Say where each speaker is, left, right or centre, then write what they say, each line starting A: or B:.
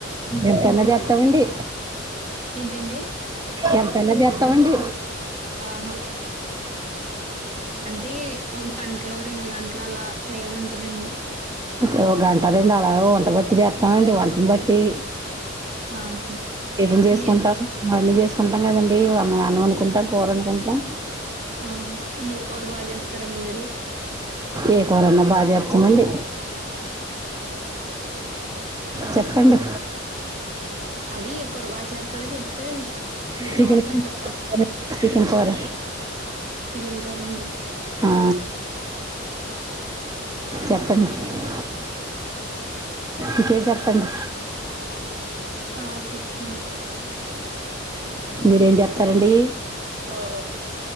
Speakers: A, on the right; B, on the right.
A: యంటన జేత్తామండీ.
B: ఏంటండి
A: యంటన జత్ తావండి
B: ఆహా అంటే ఒక్ కంట్లో, రెండు గంట్లో, అలా టైం ఉంటదండి.
A: ఓ గంట రండు అలాగ వంటబట్టి జేతామండి వంటన్ బట్టీ.
B: ఆహా
A: ఎప్పుడు జేసుకుంటారు?
B: ఏ
A: మళ్ళీ జేస్ కుంటాం గదండీ, వన్ అన్నమండుకుంటాం, కురోందుకుంటాం.
B: ఆహా యే కూర బాగ్ జేస్తరండి మీరు?
A: ఏ కూరన్న బజేత్ తమండి. చెప్ కండే
B: అది ఏ కూర బాగా చేస్తారో చెప్తే మీతో
A: చికెన్
B: హోటల్
A: కూర
B: ఎట్టేత్తా
A: బాగ్ జేతారండీ. చికెన్ కూర
B: చిగెన్ కూరండీ.
A: ఆ చెప్పండి. ఇంకేడ్ జెప్పండి.
B: ఆ చెప్తాడ్
A: మీరేం చేస్తారండి
B: ఓ మై కు కాడ్